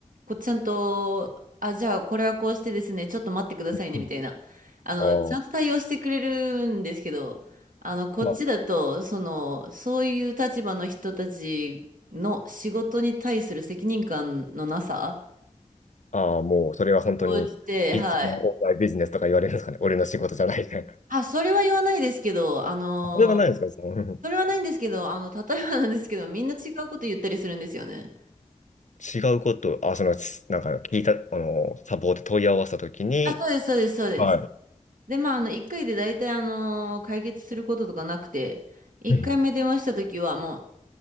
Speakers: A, on the right; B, on the left.
A: こっちゃんと、あ、じゃあこれはこうしてですね、ちょっと待ってくださいね、
B: うん。
A: みたいな。あの、
B: ああ、
A: ちゃんと対応してくれるんですけど、あの、こっちだと、
B: ま
A: その、そういう立場の人たちの仕事に対する責任感のなさ、
B: あ、ああ、もう、それは本当に、
A: 応じて、
B: いつもオンラインビジネスとか言われるんですかね。
A: はい
B: 俺の仕事じゃないみたいな。
A: あ、それは言わないですけど、あのー
B: <laughs> それはないですか、その、
A: それはないんですけど、あの、例えばなんですけど、みんな違うこと言ったりするんですよね。
B: 違うこと、あ、その、すなんか聞いた、あの、サポート問い合わせたときに、
A: あ、そうです、そうです、そうです。
B: はい。
A: で、まあ、あの、1回で大体、あのー解決することとかなくて、1回目電話した時はもう、
B: うん